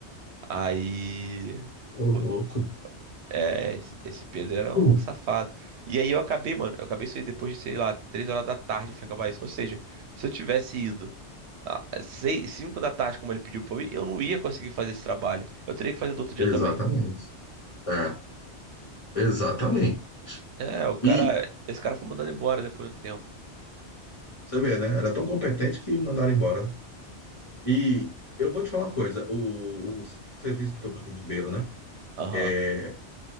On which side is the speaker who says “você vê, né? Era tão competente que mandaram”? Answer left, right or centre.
Left